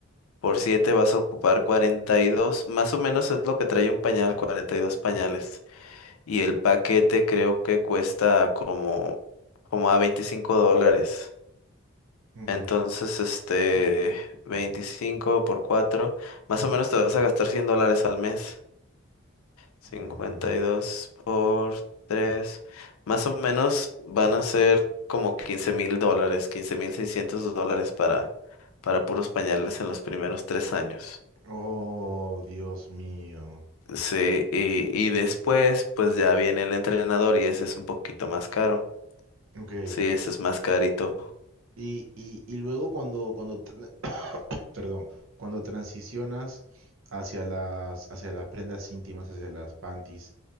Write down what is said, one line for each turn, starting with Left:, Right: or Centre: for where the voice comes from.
Left: Por 7 vas a ocupar cuarenta y dos, Más o menos es lo que trae un pañal, 42 pañales. Y el paquete creo que cuesta como, como a 25 dólares.
Right: Ujú.
Left: Entonces, este, 25 por 4, más o menos te vas a gastar 100 dólares al mes. Cincuenta
Right: Mm,
Left: y dos por 3, más o menos van a ser como quince mil dólares, quince mil seiscientos dólares para, para puros pañales en los primeros tres años.
Right: Oh, Dios mío.
Left: Sí, y, y después pues ya viene el entrenador y ese es un poquito más caro.
Right: Ok,
Left: Sí, ese es más carito.
Right: y, y, y luego cuando, cuando, perdón, cuando transicionas hacia las, hacia las prendas íntimas, hacia las panties